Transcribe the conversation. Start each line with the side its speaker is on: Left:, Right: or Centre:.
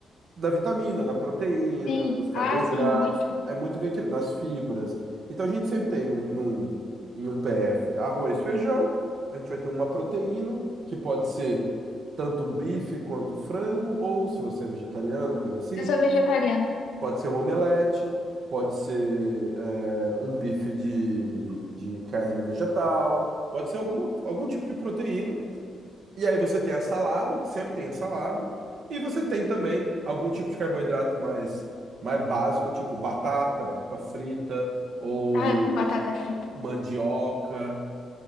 Right: na vitamina, na proteína,
Left: Sim,
Right: nos carboidratos,
Left: ah, sim, muito.
Right: é muito bem equilibrado, nas fibras. Então a gente sempre tem num, num- em um PF arroz, feijão, a gente vai ter uma proteína, que pode ser tanto um bife quanto frango, ou se você é vegetariano, coisa assim,
Left: Eu sou vegetariana.
Right: pode ser um omelete, pode ser é, um bife de, de carne vegetal, pode ser alguma, algum tipo de proteína. E aí você tem a salada, que sempre tem a salada, e você tem também algum tipo de carboidrato mais, mais básico, tipo batata, batata frita, ou
Left: Ah, eu amo batata frita.
Right: mandioca,